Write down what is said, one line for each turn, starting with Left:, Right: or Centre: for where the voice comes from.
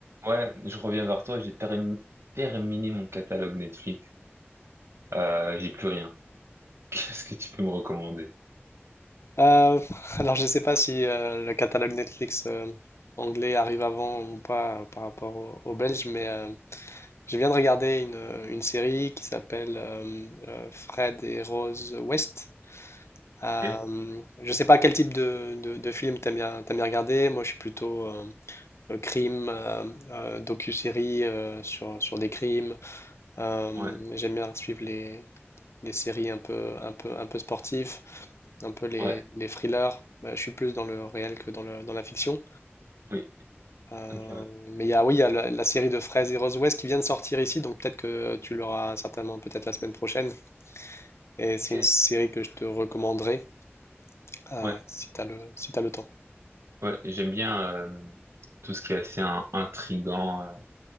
Right: Ouais, je reviens vers toi, j'ai termi- terminé mon catalogue Netflix. Euh, j'ai plus rien. <laughs> Qu'est-ce que tu peux me recommander?
Left: Euh, <laughs> alors, je ne sais pas si euh, le catalogue Netflix euh, anglais arrive avant ou pas euh, par rapport au, au belge, mais euh, je viens de regarder une, euh, une série qui s'appelle euh, euh, Fred et Rose West. Euh,
Right: Ok?
Left: je ne sais pas quel type de, de, de film t'aimes bien, t'aimes bien regarder. Moi, je suis plutôt euh, euh, crime, euh, euh, docu-série euh, sur, sur des crimes. Euh,
Right: Ouais,
Left: j'aime bien suivre les, les séries un peu, un peu, un peu sportives, un peu les,
Right: ouais,
Left: les thrillers. Bah, je suis plus dans le réel que dans le, dans la fiction.
Right: oui.
Left: Euh,
Right: Ok, ouais.
Left: mais il y a, oui, il y a la, la série de Fraise et Rose West qui vient de sortir ici, donc peut-être que tu l'auras certainement peut-être la semaine prochaine. Et c'est
Right: Ok.
Left: une série que je te recommanderais euh,
Right: Ouais,
Left: si tu as le, si t'as le temps.
Right: ouais, j'aime bien euh, tout ce qui est assez in- intriguant, euh,